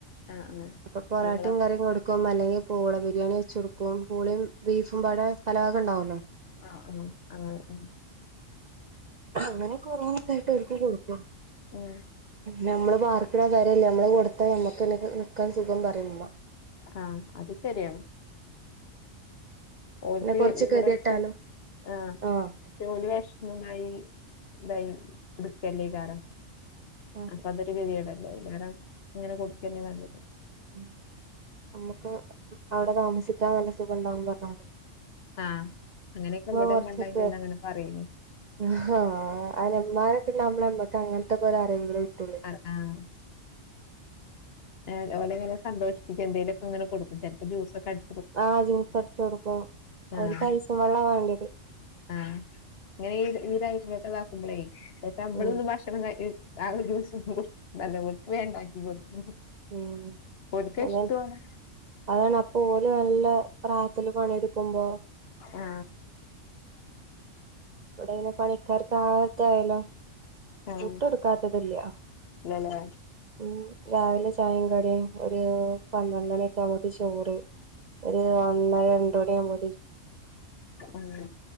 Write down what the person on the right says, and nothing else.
അപ്പൊ പൊറാട്ടിം
കറിം കൊടുക്ക- കും അല്ലെങ്കിൽ പൂള ബിരിയാണി വെച്ച് കൊടുക്കും. പൂളയും ബീഫും പാടെ പലവകണ്ടാവോല്ലോ?
അങ്ങനെ ക്കൊരോന്നായിട്ട് ഓര്ക്ക് കൊടുക്കും.
ഞമ്മള് പാർക്കണ പെരല്ലേ, നമ്മള് കൊടുത്താ നമ്മക്ക്ന്നെ നിക്കാൻ സുഖം പറിം ഉമ്മ.
പിന്നെ കൊറച്ച്
ഗതികെട്ടാലും
ആഹ്
അതെ
ഉം അമ്മക്ക് അവിടെ താമസിക്കാൻ നല്ല സുഖണ്ടാവൂന്ന് പറഞ്ഞാ മതി
കൊറച്ചൊക്കെ
ആഹ് ഹാ അയിന് ഉമ്മാരക്കുണ്ടാവുമ്പളെ അമ്മക്ക് അങ്ങനത്തെ കൊറെ അറിവുകള് കിട്ടുള്ളു
ആഹ് ജ്യൂസ് അടിച്ചു കൊടുക്കും
ഓരിക്ക് ഐസും വെള്ളാ വേണ്ടത്
ഉം
ഉം
അതെ
അതാണ് അപ്പൊ ഓല് നല്ല പ്രായത്തില് പണിയെടുക്കുമ്പോ
ഇവിടെ ഇനി പണിക്കാർക്ക് ആ ഇതായല്ലോ
ഫുഡ് കൊടുക്കാത്തത് അല്ലിയോ
ഉം രാവിലെ ചായേം കടീം ഒരു പന്ത്രണ്ട് മണിയൊക്കെ ആവുമ്പത്തെ ചോറ് ഒരു ഒന്നര രണ്ട് മണിയാവുമ്പോ